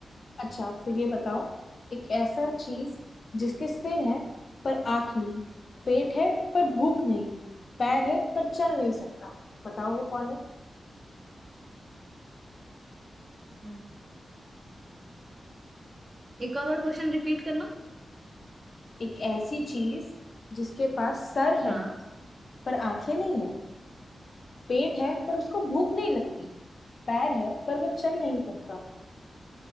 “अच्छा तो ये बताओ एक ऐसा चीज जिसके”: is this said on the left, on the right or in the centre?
Left